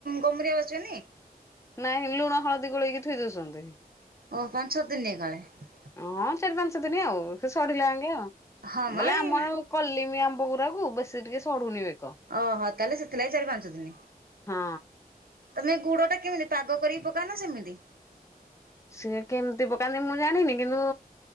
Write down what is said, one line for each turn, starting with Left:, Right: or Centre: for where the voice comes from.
Right: ଗମୁରିଆ <unintelligible>
Left: ନାଇଁ ଲୁଣ ହଳଦୀ ଗୋଳେଇକି ଥୁଇଦୋଉଛନ୍ତି।
Right: ଓ ପାଞ୍ଚ ଛଅ ଦିନି ଏକାବେଳେ।
Left: ହଁ ଚାରି ପାଞ୍ଚ ଦିନ ଆଉ ସେ ସଢିଲା <unintelligible> ଆଉ
Right: ହଁ ମ
Left: ବଲେ
Right: ଏଇ
Left: ଆମର କୋ କଲିମି ଆମ୍ବ ଗୁରାକୁ ବେସି ଟିକେ ସଢୁନି ବେକ।
Right: ଅଃ ତାହେଲେ ସେଥିଲାଗି ଚାରି ପାଞ୍ଚ ଦିନ
Left: ହଁ।
Right: ତମେ ଗୁଡଟା କେମିତି ପାଗ କରିକି ପକାଅନା ସେମିତି।
Left: ସିଏ କେମିତି ପକାନ୍ତି ମୁଁ ଜାଣିନି କିନ୍ତୁ